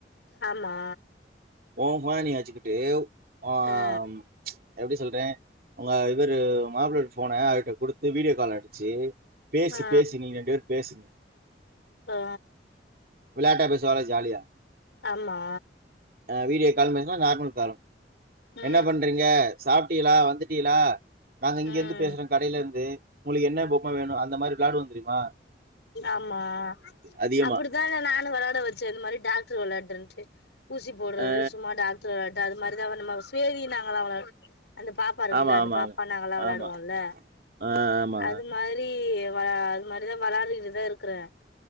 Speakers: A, on the left; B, on the right.
A: ஆமா
B: உ ஃபோன நீ வெச்சிகிட்டு ஒ
A: ஆ
B: ம் எப்டி சொல்றே உங்க இவரு மாப்ளயோட ஃபோன அது ட குடுத்து வீடி யோ கால் அடிச்சி பேசு
A: ஆ
B: பேசு நீங்க ரெண்டு பேரு பேசுங்க
A: ஆ
B: வெளையாட்டா பேசுவாங்க ஜாலியா
A: ஆமா
B: ஆ வீடியோ காலு பேசலா நார்மல் காலு
A: ம்
B: என்ன பண்றிங்க சாப்ட்டிகளா வந்துட் டிகளா நாங்க இங்கிருந்து
A: ம்
B: பேசறோ கடைல இருந்து உங்களுக்கு என்ன பொம்ம வேணு அந்த மாரி விளாடுவோ தெரி அ
A: ஆம்மா
B: அதிகமா
A: அப்புடி த்த அத நானு வெளாட வெச்சே இந்த மாரி டாக்ட்ரு வெளாடுன்ட்டு ஊசி போட்றது
B: அ
A: சும்மா டாக்ட்ர வ ட்ட அது மாரிதா அவ நம்மவ் சேரின்னாங்கலா அவள அந்த பாப்பா இருக்குல்ல
B: ஆமா
A: அந்த
B: ஆமா
A: பாப்பா
B: ஆமா
A: நாங்கல்லா வெளயாடுவோல்ல
B: ஆமா ஆ ஆமா
A: அது மாரி வ அது மார் ரிதா வெளாடிகிட்டு தா இருக்குறே